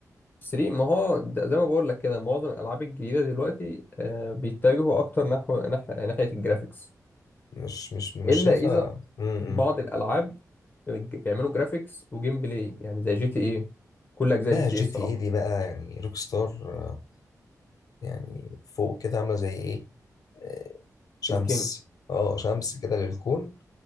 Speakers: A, on the left; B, on the left.
A: 3 ما هو ده زي ما بقول لك كده معظم الالعاب الجديدة دلوقتي آه بيتجهوا اكتر نحو نح... ناحية الجرافيكس
B: مش مش مش
A: الا
B: شايفها
A: اذا
B: امم
A: بعض
B: إمم.
A: الالعاب الج- بيعملوا جرافيكس وجيم بلاي يعني زي جي تي ايه كل اجزاء
B: لا
A: جي تي
B: جي
A: ايه الصراحه
B: تي اي دي بقى يعني روك ستار آه، يعني فوق كده عامله زي ايه آه، شمس
A: الكينج
B: اه شمس كده للكون